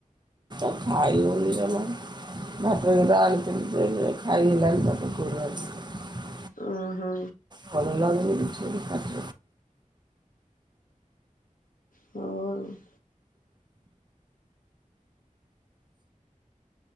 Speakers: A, on the right (about 30°); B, on the left (about 75°).
A: ଖାଇବୁ ବୋଲି <unintelligible> ଖାଇ ହେଲାନି <unintelligible>
B: ଓ ହୋ।
A: ଭଲ ଲାଗୁନି କିଛି
B: ଫୋନ୍।